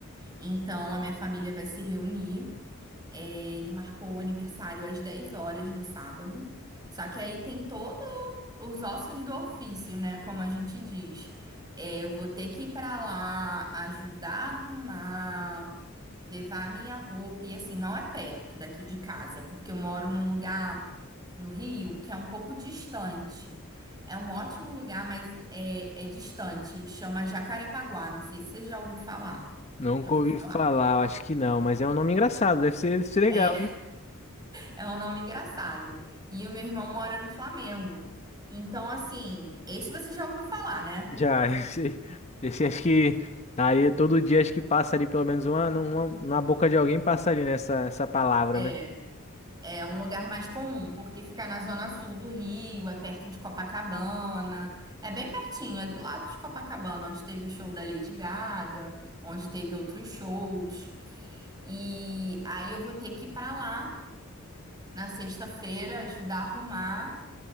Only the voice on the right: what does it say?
Então, a minha família vai se reunir. É, ele marcou o aniversário às 10 horas no sábado. Só que aí tem todos os ossos do ofício, né? Como a gente diz. É, eu vou ter que ir pra lá, ajudar a arrumar, levar a minha roupa. E assim, não é perto daqui de casa, porque eu moro num lugar no Rio que é um pouco distante. É um ótimo lugar, mas é, é distante. Chama Jacarepaguá. Não sei se você já ouviu falar.
Já ouviu
falar?
É,
É um nome engraçado. E o meu irmão mora no Flamengo. Então, assim, esse você já ouviu falar, né?
É.
É um lugar mais comum, porque fica na zona sul do Rio, é perto de Copacabana. É bem pertinho, é do lado de Copacabana, onde teve o show da Lady Gaga, onde teve outros shows. E aí eu vou ter que ir pra lá na sexta-feira, ajudar a arrumar